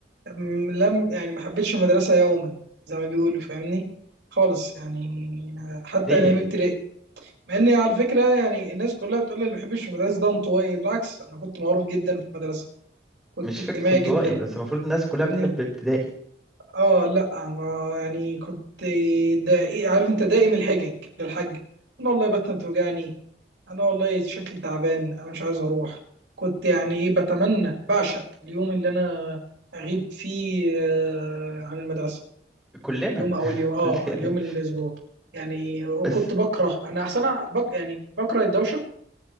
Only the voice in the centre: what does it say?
ليه
مش
فكره انطوائي
بس المفروض الناس كلها
بتحب ابتدائي
كلنا
<laughs> كلنا
بس